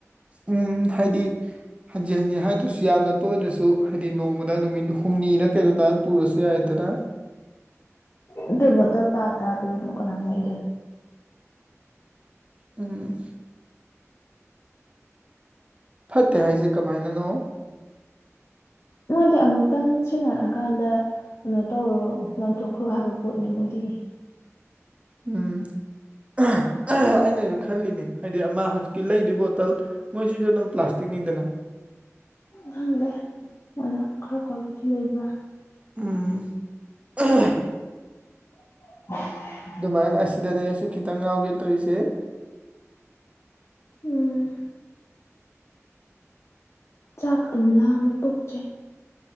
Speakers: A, on the right (about 25°); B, on the left (about 60°).
A: ꯎꯝ ꯍꯥꯏꯗꯤ ꯍꯟꯖꯤ ꯍꯟꯖꯤ ꯍꯥꯏꯗ꯭ꯔꯁꯨ ꯌꯥꯝꯅ ꯇꯣꯏꯗ꯭ꯔꯁꯨ ꯍꯥꯏꯗꯤ ꯅꯣꯡꯃꯗ ꯅꯨꯃꯤꯠ ꯍꯨꯝꯅꯤꯔꯥ ꯀꯩꯅꯣ ꯗꯨꯃꯥꯏꯟ ꯄꯨꯔꯁꯨ ꯌꯥꯏꯗꯅ
B: ꯑꯗꯨ ꯕꯣꯇꯜ ꯇꯔꯥ ꯇꯔꯥ ꯄꯤꯕꯗꯨꯕꯨ ꯀꯅꯥꯟ ꯂꯩꯗꯣꯏꯅꯣ
A: ꯎꯝ ꯐꯠꯇꯦ ꯍꯥꯏꯁꯦ ꯀꯃꯥꯏꯅꯅꯣ
B: ꯃꯣꯏꯗꯤ ꯑꯃꯨꯛꯇꯪ ꯁꯤꯟꯅꯔꯀꯥꯟꯗ ꯀꯩꯅꯣ ꯇꯧꯔꯣ ꯂꯪꯊꯣꯛꯈ꯭ꯔꯣ ꯍꯥꯏꯕ ꯄꯣꯠꯅꯤ ꯃꯣꯏꯗꯤ
A: ꯎꯝ <unintelligible> ꯑꯩꯅꯁꯨ ꯈꯜꯂꯤꯅꯦ ꯍꯥꯏꯗꯤ ꯑꯃ ꯍꯧꯖꯤꯛꯀꯤ ꯂꯩꯗꯧ ꯕꯣꯇꯜ ꯃꯣꯏꯁꯨꯁꯨ ꯑꯗꯨꯝ ꯄ꯭ꯂꯥꯁꯇꯤꯛꯅꯤꯗꯅ
B: ꯈꯪꯗꯦ ꯃꯣꯏꯅ ꯈꯔ ꯀ꯭ꯋꯥꯂꯤꯇꯤ ꯂꯩꯕ꯭ꯔ
A: ꯎꯝ <unintelligible>
B: <unintelligible>
A: ꯑꯗꯨꯃꯥꯏꯅ ꯑꯁꯤꯗꯅꯦ ꯑꯩꯁꯨ ꯈꯤꯇꯪ ꯉꯥꯎꯒꯦ ꯇꯧꯔꯤꯁꯦ
B: ꯎꯝ ꯆꯥꯛ ꯇꯨꯝ ꯂꯥꯝꯃꯦ ꯄꯨꯛꯆꯦ